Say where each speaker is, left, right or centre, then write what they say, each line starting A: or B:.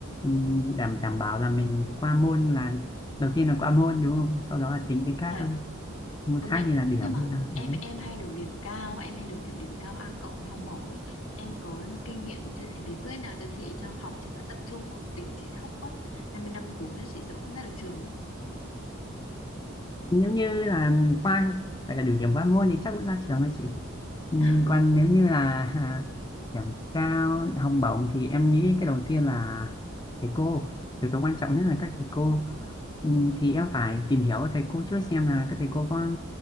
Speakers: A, on the left; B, on the left.
A: Ừm,
B: ừm,
A: đảm đảm bảo là mình qua môn là đầu tiên là qua môn đúng không sau đó là tính tới các
B: thật
A: ờ, môn
B: công
A: khác
B: nhận
A: như là điểm
B: nhưng mà
A: hay là
B: em
A: đấy
B: em hay được điểm cao á, em hay được kiểu điểm cao A cộng với học bổng ấy em có kinh nghiệm chia sẻ bí quyết nào cho chị cho học cho nó tập trung không điểm chị thấp quá năm mươi năm cuối chị sợ không ra được trường mất
A: nếu như là qua phải là đủ điểm qua môn thì chắc vẫn ra trường thôi chị Ừ,
B: <laughs>
A: còn nếu như là à, điểm cao học bổng thì em nghĩ cái đầu tiên là thầy cô yếu tố quan trọng nhất là các thầy cô
B: ừ
A: Ừ, thì em phải tìm hiểu các thầy cô trước xem là các thầy cô có